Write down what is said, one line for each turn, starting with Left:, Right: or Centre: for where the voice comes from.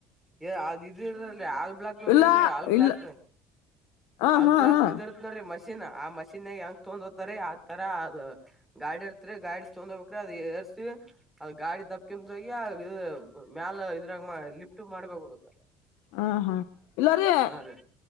Centre: ಏ ಅದ್ ಇದಿಲ್ಲ್ರಿ ಹಾಲ್ ಬ್ಲಾಕ್ ನೋಡಿಲ್ರರಿ
Left: ಇಲ್ಲಾ
Centre: ಹಾಲ್ ಬ್ಲಾಕ್
Left: ಇಲ್ಲ ಹ
Centre: ಅಲ್
Left: ಹಾ
Centre: ಬ್ಲಾಗ್
Left: ಹಾ
Centre: ದಿದಿರ್ತ್ ನೀ ಮ ಮಷೀನ್ ಆ ಮಷೀನ್ಗ ಹೆಂಗ ತೊಗಂದ್ ಹೋಗತರಿ. ಆ ತರ ಆ ಗಾಡಿ ಇರ್ತ್ರಿದ್ರಿ ಗಾಡಿ ತೊಗಂದ ಹೋಗಬೇಕ್ರಿ ಅದು ಏರ್ಸಿ ಅದು ಗಾಡಿ ದೊಬ್ಬಿಕಾಂತ ಹೋಗಿ ಮ್ಯಾಲ ಇದ್ರಾಗ ಲಿಫ್ಟ್ ಮಾಡ್ಬೇಕುಡುಗ
Left: ಹಾ ಹಾ ಇಲ್ಲರಿ
Centre: ರೀ